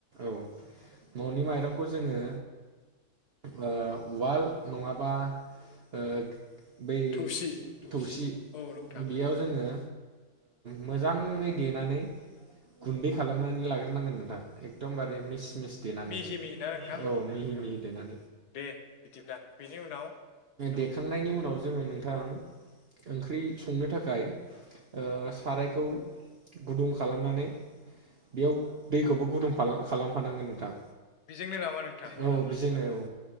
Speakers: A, on the right; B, on the left.
A: औ। ननि माइरंखौ जोङो ओ उवाल नङाबा ओ बै
B: थौसि
A: थौसि
B: औ नोंथां।
A: बेयाव जोङो मोजाङै देनानै गुन्दै खालामनानै लाग्रोनांगोन नोंथां एकदमबारे मिस मिस देनानै
B: मिहि मिहि ना नोंथां
A: औ मिहि मिहि देनानै।
B: दे बिदिब्ला। बेनि उनाव
A: देखांनायनि उनाव जोङो नोंथां ओंख्रि संनो थाखाय ओ सारायखौ गुदुं खालामनानै बेयाव दैखौबो गुदुं खाला-खालामफानांगोन नोंथां
B: बेजोंनो नामा नोंथां
A: औ बेजोंनो औ